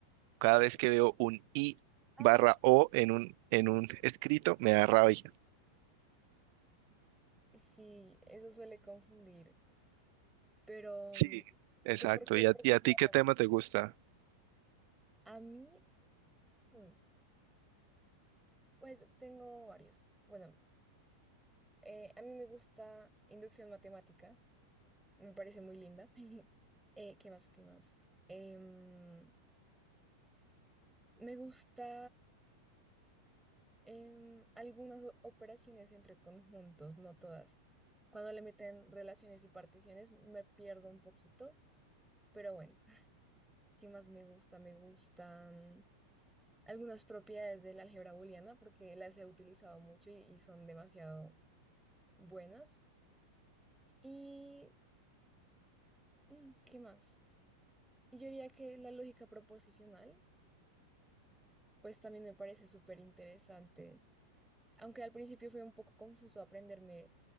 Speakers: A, on the right (about 45°); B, in the centre.
A: cada vez que veo un I
B: Ah,
A: barra O en un, en un escrito, me da rabia.
B: sí, eso suele confundir, pero,
A: Sí,
B: mm,
A: exacto.
B: pero ¿por qué,
A: ¿Y
B: por
A: a, y
B: qué
A: a
B: te
A: ti
B: va
A: qué
B: mal?
A: tema te gusta?
B: A mí, mm, pues tengo varios. Bueno, eh, a mí me gusta inducción matemática, me parece muy linda. <laughs> Eh, ¿qué más? ¿Qué más? Em, me gusta em, algunas o- operaciones entre conjuntos, no todas. Cuando le meten relaciones y particiones me pierdo un poquito, pero bueno. ¿Qué más me gusta? Me gustan algunas propiedades del álgebra booleana porque las he utilizado mucho y, y son demasiado buenas. ¿Y mm, qué más? Y yo diría que la lógica proposicional, pues también me parece súper interesante, aunque al principio fue un poco confuso aprenderme